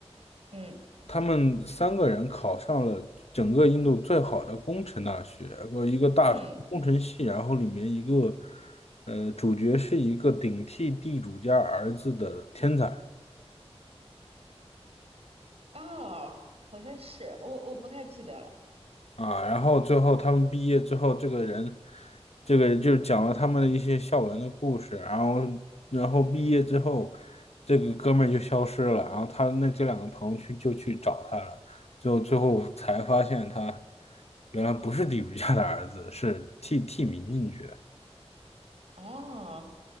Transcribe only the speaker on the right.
嗯
嗯，
哦，好像是，我我不太记得了。
哦，